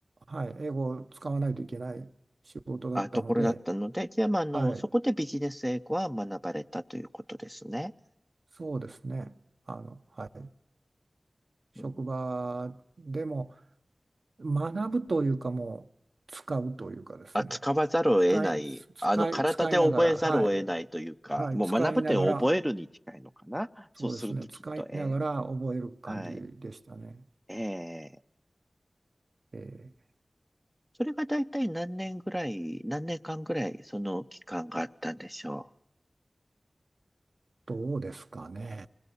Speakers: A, on the right; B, in the centre.
A: はい、英語を使わないといけない仕事だったので、
B: あ、ところだったので、じゃあ、まあ、あの、
A: はい、
B: そこでビジネス英語は学ばれたということですね。
A: そうですね。あの、はい、
B: うん。
A: 職場でも学ぶというか、もう使うというかですね。
B: あ、使わざるを得ない、
A: 使い、使い、
B: あの、体で覚えざるを得ないというか、
A: 使いながら、はい、はい、
B: もう学ぶって覚えるに近いのかな。
A: 使いながら、
B: そうするときっと、
A: そうですね、使いながら覚える感じでしたね。
B: ええはい。ええ。
A: えー
B: それが大体何年ぐらい、何年間ぐらいその期間があったんでしょ
A: どうですかね。